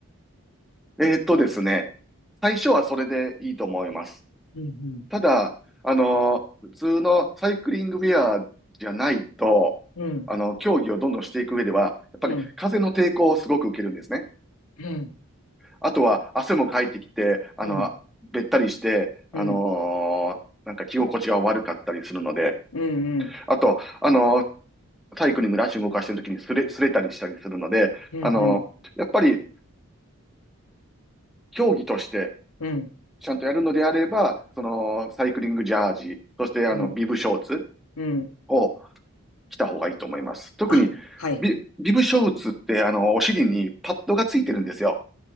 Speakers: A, in the centre; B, on the left (about 85°).
A: えーっとですね。最初はそれでいいと思います。
B: うん
A: ただ、あのー普通のサイクリングウェアじゃないと、
B: うん
A: あの、競技をどんどんしていく上では、やっぱり風の抵抗をすごく受けるんですね。
B: うんうん
A: あとは汗もかいてきて、あの、
B: うん
A: べったりして、あのーなんか着心地が悪かったりするので、
B: うんうんうん
A: あと、あのーサイクリングで足動かしてる時にすれ、すれたりしたりするので、
B: うんうん
A: あのーやっぱり競技として
B: うん
A: ちゃんとやるのであれば、その、サイクリングジャージ、そしてあの、
B: うん
A: ビブショーツ
B: うん。
A: を来た方がいいと思います。特に
B: あ、はい。
A: ビ、ビブショーツって、あの、お尻にパッドがついてるんですよ。